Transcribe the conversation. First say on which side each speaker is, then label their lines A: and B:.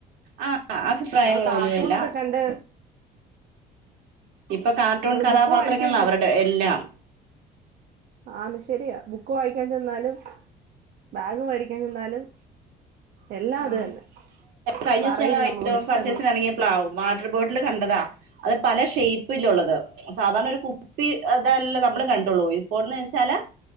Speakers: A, on the right; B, on the right.
A: ആ അഭിപ്രായങ്ങളൊന്നുമില്ല
B: ഇപ്പൊ കാർട്ടൂൺക്കെ കണ്ട്.
A: ഇപ്പൊ കാർട്ടൂൺ
B: നമ്മള്
A: കഥാപാത്രങ്ങൾ
B: ബുക്ക് മേടിക്കാൻ ചെ
A: അവരുടെ എല്ലാം.
B: ആന്ന് ശെരിയാ ബുക്ക് വായിക്കാൻ ചെന്നാലും ബാഗ് മേടിക്കാൻ ചെന്നാലും എല്ലാം
A: ആ
B: അത് തന്നെ
A: കഴിഞ്ഞ
B: പറയും
A: ദിവസം ഞങ്ങ
B: നമ്മളോട്
A: ഇ
B: ഇഷ്ടങ്ങൾ
A: പർച്ചേസിന് ഇറങ്ങിയപ്പോളാവും വാട്ടർ ബോട്ടില് കണ്ടതാ അത് പല ഷേയ്പ്പിലുള്ളത് സാധാരണ ഒരു കു ഇപ്പി ഇതല്ലെ നമ്മള് കണ്ടൊള്ളു ഇപ്പോന്ന് വെച്ചാല്